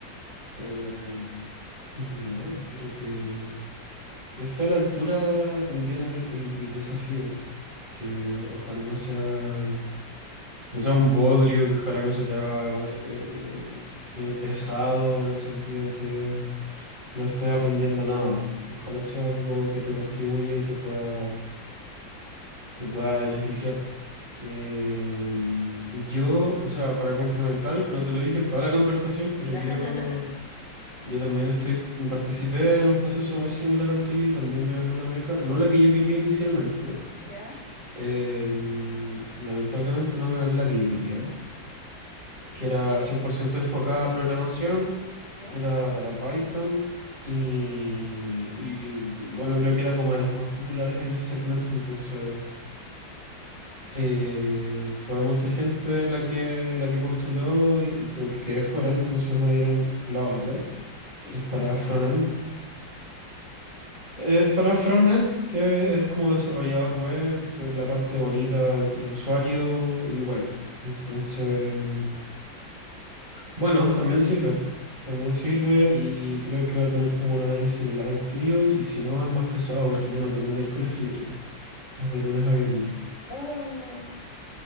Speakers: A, on the right; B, on the left.
A: Eh, y nada, espero que Que esté a la altura también el, el- el desafío, que ojalá no sea, no sea un bodrio, que ojalá no se te haga eh, eh, pesado en el sentido en que no estés aprendiendo nada. Ojalá sea algo que te contribuya y te pueda, te pueda beneficiar. Eh, yo, o sea, para complementar, no te lo dije en toda la conversación, pero
B: <laughs>
A: yo... Yo también estoy, participé en un proceso muy similar al tuyo y también me gané una beca, no la que yo quería inicialmente,
B: ¿Ya?
A: eh, lamentablemente no me gané la que yo quería, que era
B: Eh,
A: cien por ciento enfocada a programación,
B: ¿ya?
A: era para Python y, y, bueno, creo que era como de las más populares en ese segmento, entonces eh, fue mucha gente la que, la que postuló y creo que quedé fuera, entonces me dieron la otra,
B: ¿Y
A: que es para
B: cuál quedaste?
A: frontend. Es para frontend, que es como desarrollador web, eh, la parte bonita entre usuario y web. Entonces, bueno, también sirve. También sirve y creo que va a tener como un horario similar al tuyo y si no es más pesado porque yo no tengo miércoles libre. Es de lunes a viernes.
B: Oh,